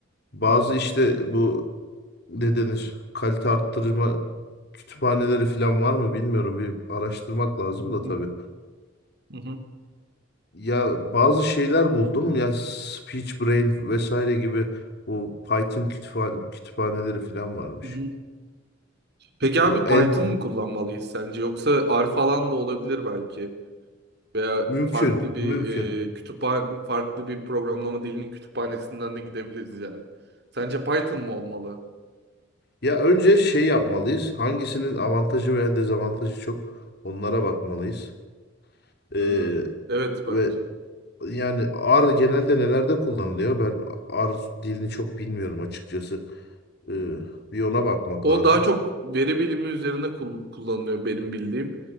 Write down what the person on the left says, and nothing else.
bazı
işte bu ne denir kalite arttırma kütüphaneleri falan var mı bilmiyorum. Bir araştırmak lazım
da
tabii.
Ya bazı şeyler buldum ya Speech Brain vesaire gibi bu Python kütüphane, kütüphaneleri falan varmış.
Bu
en
<laughs>
mümkün
mümkün.
Ya önce şey yapmalıyız. Hangisinin avantajı veya dezavantajı çok onlara bakmalıyız. Ee,
ve
Yani R genelde nelerde kullanılıyor? Ben R dilini çok bilmiyorum açıkçası. Ee, bir ona bakmak
lazım.